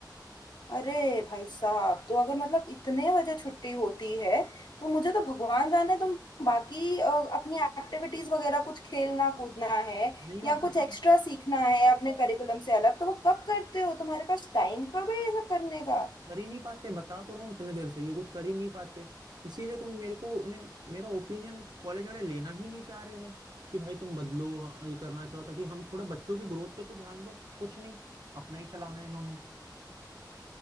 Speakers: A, on the left (about 75°); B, on the right (about 65°).
A: अरे भाई साहब तो अगर मतलब इतने बजे छुट्टी होती है तो मुझे तो भगवान जाने तुम बाकी अ, अपनी एक्टिविटीज वगैरह कुछ खेलना कूदना है
B: नहीं हो
A: या
B: पाता
A: कुछ
B: ना
A: एक्स्ट्रा सीखना है अपने करिकुलम से अलग तो वो कब करते हो तुम्हारे पास टाइम कब है ये सब करने का
B: कर ही नहीं पाते बता तो रहा हूँ इतने देर से ये कुछ कर ही नहीं पाते इसीलिए तुम मेरे को उन्हें- मेरा ओपिनियन कॉलेज वाले लेना ही नहीं चाह रहे हैं कि भाई तुम बदलो ये करना चाहो ताकि हम थोड़े बच्चों की ग्रोथ पे तो ध्यान दो कुछ नहीं अपना ही चलाना है इन्होंने